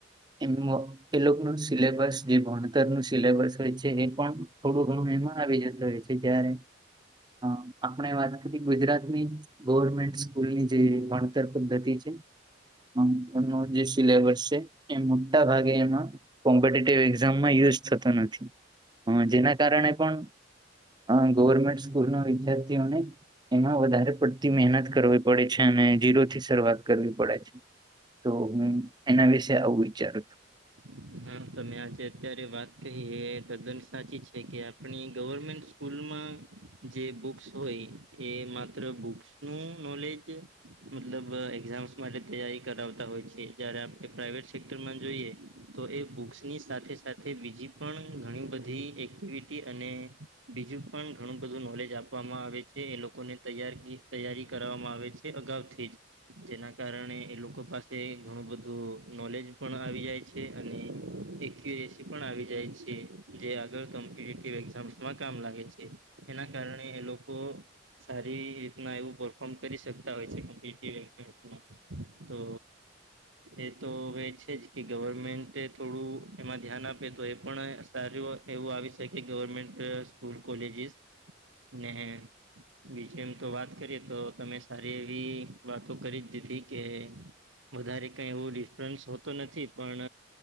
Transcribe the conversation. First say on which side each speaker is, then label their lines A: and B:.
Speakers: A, on the right (about 25°); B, on the right (about 90°).
A: <unintelligible> એ લોકનું સિલેબસ જે ભણતરનું સિલેબસ હોય છે એ પણ થોડું ઘણું એમાં આવી જતું હોય છે. કે જ્યારે અ આપણે વાત કરી ગુજરાતની ગવર્મેન્ટ સ્કૂલની જે ભણતર પદ્ધતિ છે. હહ એમનો જે સિલેબસ છે એ મોટા ભાગે એમાં કોમ્પિટેટિવ એક્ઝામમાં યુઝ થતો નથી. હહ જેના કારણે પણ અ ગવર્મેન્ટ સ્કૂલનાં વિદ્યાર્થીઓને એમાં વધારે પડતી મહેનત કરવી પડે છે. અને ઝીરોથી શરૂઆત કરવી પડે છે. તો હું એના વિશે આવું વિચારું છું.
B: <unintelligible> હા તમે આજે અત્યારે વાત કહી એ તદ્દન સાચી છે કે આપણી ગવર્મેન્ટ સ્કૂલમાં જે બુક્સ હોય એ માત્ર બુક્સનું નોલેજ મતલબ એક્ઝામ્સ માટે તૈયારી કરાવતા હોય છે જયારે આપણે પ્રાઈવેટ સેક્ટરમાં જોઈએ. તો એ બુક્સની સાથે સાથે બીજી પણ ઘણી બધી એક્ટિવિટી અને બીજું પણ ઘણું બધું નોલેજ આપવામાં આવે છે એ લોકોને તૈયાર તૈયારી કરાવામાં આવે છે અગાઉથી જ. જેના કારણે એ લોકો પાસે ઘણું બધું નોલેજ પણ આવી જાય છ છે અને એકયુરેસી પણ આવી જાય છે. જે આગળ કોમ્પિટિટીવ એક્ઝામસમાં કામ લાગે છ છે. એના કારણે એ લોકો સારી રીતના એવું પરફોર્મ કરી શકતા હોય છે કોમ્પિટીટીવ એક્ઝામસમાં. તો એતો હવે છે જ કે ગવર્મેન્ટે થોડું એમાં ધ્યાન આપે તો એ પણ સારું એવું આવી શકે ગવર્મેન્ટ સ્કૂલ, કોલેજીસ ને બીજું એમ તો વાત કરીએ તો તમે સારી એવી વાતો કરી જ દીધી કે વધારે કાઈ એવું ડિફરન્સ હોતો નથી. પણ